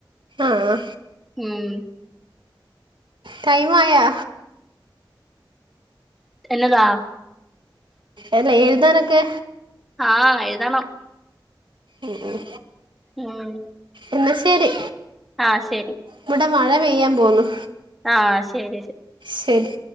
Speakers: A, on the right; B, in the centre.
A: ആഹ്
B: ഉം
A: ടൈം ആയാ
B: എന്നതാ
A: അല്ല എഴുതാനൊക്കെ
B: ആഹ് എഴുതണം
A: ഉ ഉം
B: ഉം
A: എന്നാ ശരി
B: ആഹ് ശരി
A: ഇവിടൊ മഴ പെയ്യാൻ പോന്നു
B: ആഹ് ശരി ശരി
A: ശരി